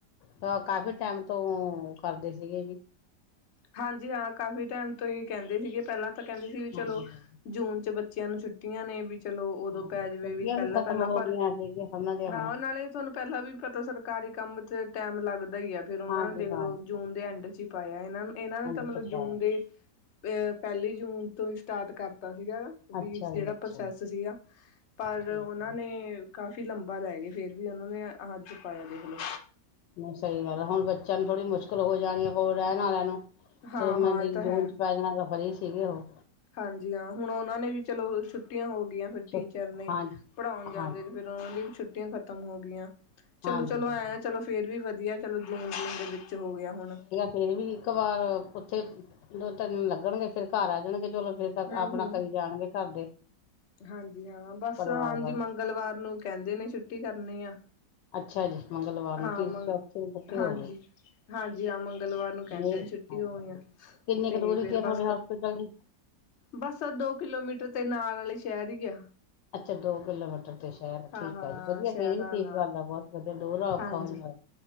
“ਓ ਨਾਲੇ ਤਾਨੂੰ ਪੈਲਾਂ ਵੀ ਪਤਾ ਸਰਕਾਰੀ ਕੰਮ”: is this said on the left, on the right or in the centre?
Left